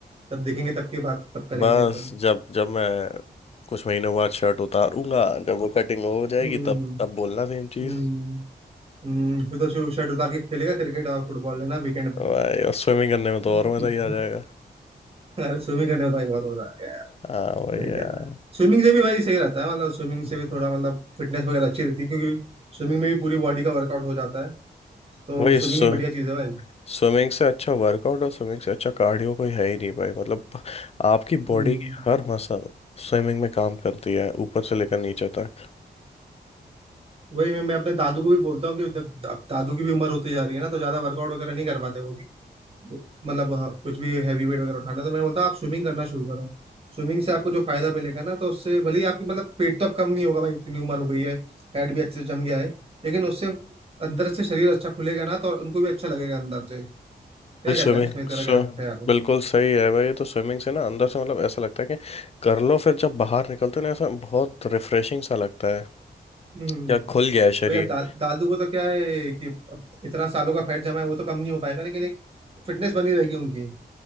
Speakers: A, on the right; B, on the left.
A: तब देखेंगे तब की बात तब करेंगे
B: बस
A: अपन
B: जब जब मैं कुछ महीनों बाद शर्ट उतारूंगा जब वो कटिंग हो जाएगी
A: हम्म हम्म
B: तब तब बोलना सेम चीज।
A: हम्म हम्म, हम्म, फिर तो शर्ट उतार के खेलेगा क्रिकेट और फुटबॉल लेना वीकेंड में
B: तो भाई और स्विमिंग करने में तो
A: <laughs>
B: और मजा ही आ जाएगा
A: अरे स्विमिंग करने में तो भाई बहुत मजा आएगा यार
B: हाँ वही
A: सही
B: है
A: कह
B: यार
A: रहा है स्विमिंग से भी भाई सही रहता है मतलब स्विमिंग से भी थोड़ा मतलब फिटनेस वगैरह अच्छी रहती है क्योंकि स्विमिंग में भी पूरी बॉडी का वर्कआउट हो जाता है तो
B: वही बिल्कुल
A: स्विमिंग
B: स्विम
A: भी बढ़िया चीज़ है भाई
B: स्विमिंग से अच्छा वर्कआउट और स्विमिंग से अच्छा कार्डियो कोई है ही नहीं भाई मतलब आपकी
A: हम्म
B: बॉडी की हर मसल स्विमिंग में काम करती है ऊपर से लेकर नीचे तक
A: वही मैं मैं अपने दादू को भी बोलता हूँ कि जब अब दादू की भी उम्र होती जा रही है ना तो ज्यादा वर्कआउट वगैरह नहीं कर पाते वो भी मतलब हाँ, कुछ भी हैवी वेट वगैरह उठाना तो मैं बोलता हूँ आप स्विमिंग करना शुरू करो स्विमिंग से आपको जो फायदा मिलेगा ना तो उससे भले ही आपकी मतलब पेट तो अब कम नहीं होगा भाई इतनी उम्र हो गई है फैट भी अच्छे से जम गया है लेकिन उससे अंदर से शरीर अच्छा खुलेगा ना तो उनको भी अच्छा लगेगा अंदर से क्या
B: भाई सही
A: कहता
B: स्विमिंग
A: है इसमें
B: बात
A: तेरा
B: स्विम
A: क्या ख्याल है
B: बिल्कुल सही है भाई ये तो स्विमिंग से ना अंदर से मतलब ऐसा लगता है कि कर लो फिर जब बाहर निकलते हो ना ऐसा बहुत रिफ्रेशिंग सा लगता है
A: हम्म
B: क्या खुल गया है शरीर
A: भैया दा, दादू को तो क्या है कि अब इतना सालों का फैट जमा है वो तो कम नहीं हो पाएगा लेकिन एक फिटनेस बनी रहेगी उनकी